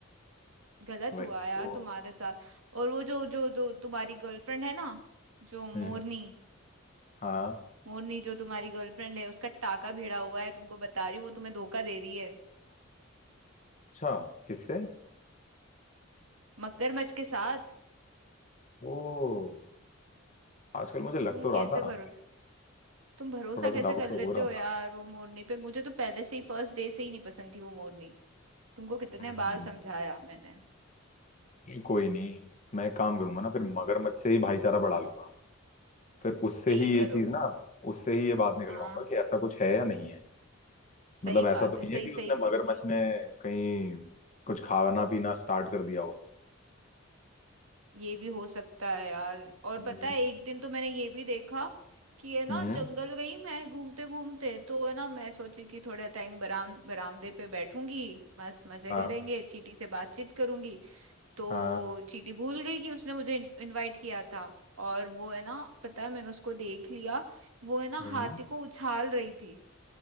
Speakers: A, on the right (about 80°); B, on the left (about 35°).
A: गलत
B: वही
A: हुआ यार
B: तो
A: तुम्हारे साथ और वो जो जो जो तुम्हारी गर्लफ्रेंड है ना जो मोरनी
B: हम्म हाँ
A: मोरनी जो तुम्हारी गर्लफ्रेंड है उसका टाका भिड़ा हुआ है तुमको बता रही हूँ वो तुम्हें धोखा दे रही है
B: अच्छा किससे
A: मगरमच्छ के साथ
B: ओ आजकल मुझे लग
A: तुम
B: तो रहा
A: कैसे
B: था
A: भरोसा तुम भरोसा
B: थोड़ा सा
A: कैसे
B: डाउट
A: कर
B: तो
A: लेते
B: हो रहा
A: हो
B: था
A: यार वो मोरनी पे मुझे तो पहले से ही फर्स्ट डे से ही नहीं पसंद थी वो मोरनी तुमको कितने
B: हम्म
A: बार समझाया मैंने
B: कोई नहीं मैं एक काम करूंगा ना फिर मगरमच्छ से ही भाईचारा बढ़ा लूंगा फिर उससे
A: यही
B: ही ये
A: करो
B: चीज ना उससे ही ये बात निकलवाऊंगा
A: हाँ
B: कि ऐसा कुछ है या नहीं है
A: सही
B: मतलब ऐसा
A: बात
B: तो नहीं
A: है सही
B: है कि
A: सही
B: उसने
A: करो
B: मगरमच्छ ने कहीं कुछ खाना पीना स्टार्ट कर दिया हो
A: ये भी हो सकता है यार और
B: हम्म
A: पता है एक दिन तो मैंने ये भी देखा कि है ना
B: हम्म,
A: जंगल गई मैं घूमते घूमते तो है ना मैं सोची कि थोड़ा टाइम बराम बरामदे पे बैठूंगी मस्त मजे
B: हाँ
A: करेंगे चींटी से बातचीत करूंगी तो
B: हाँ
A: चीटी भूल गई कि उसने मुझे इनवाइट किया था और वो है ना पता है मैंने उसको देख लिया वो है ना
B: हम्म
A: हाथी को उछाल रही थी